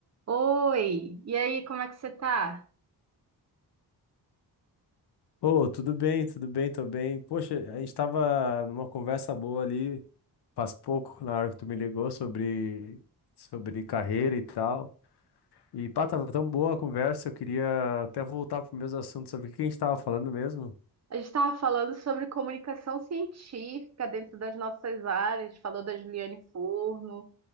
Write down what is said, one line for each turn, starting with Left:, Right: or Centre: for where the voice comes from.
Right: Oi, e aí, como é que você tá?
Left: Ô, tudo bem, tudo bem, tô bem. Poxa, a gente tava numa conversa boa ali faz pouco, na hora que tu me ligou, sobre, sobre carreira e tal. E pá, tava tão boa a conversa, eu queria até voltar pro mesmo assunto sobre o que a gente tava falando mesmo.
Right: A gente estava falando sobre comunicação científica dentro das nossas áreas, falou da Juliane Furno,